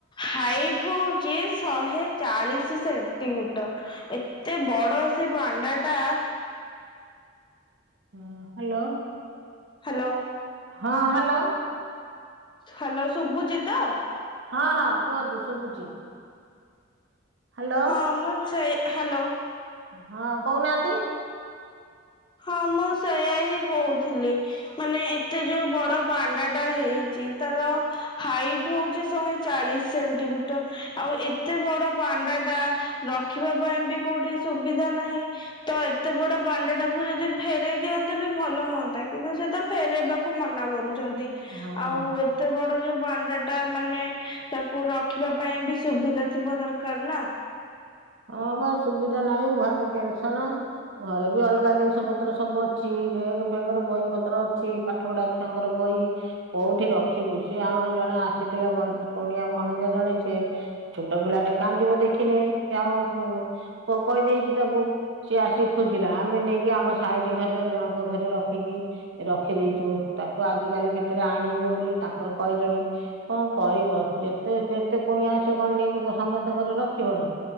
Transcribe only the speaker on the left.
ହାଇଟ ହଉଚି ଶହେ ଚାଳିଶ ସେଣ୍ଟିମିଟର, ଏତେ ବଡ ସେ ପାଣ୍ଡା ଟା
ହାଲୋ।
ହାଲୋ, ଶୁଭୁଚିତ?
ହଁ ମୁଁ ସେଇ, ହାଲୋ।
ହଁ ମୁଁ ସେୟା ହିଁ କହୁଥିଲି, ମାନେ ଏତେ ଯୋଉ ବଡ ପାଣ୍ଡା ଟା ହେଇଚି ତାର ହାଇଟ ହଉଚି ଶହେ ଚାଳିଶ ସେଣ୍ଟିମିଟର, ଆଉ ଏତେ ବଡ ପାଣ୍ଡା ଟା ରଖିବା ପାଇଁ ବି, କୋଉଠି ସୁବିଧା ନାହିଁ। ତ, ଏତେ ବଡ ପାଣ୍ଡଟାକୁ ଯଦି ଫେରଇ ଦିଅନ୍ତେ ବି, ଭଲ ହୁଅନ୍ତା। କିନ୍ତୁ ସେ ତ, ଫେରାଇବାକୁ ମନା କରୁଚନ୍ତି,
ଆଉ ଏତେ ବଡ ଯୋଉ ପାଣ୍ଡା ଟା, ମାନେ ତାକୁ ରଖିବା ପାଇଁ ବି ସୁବିଧା ଥିବା ଦରକାର ନା?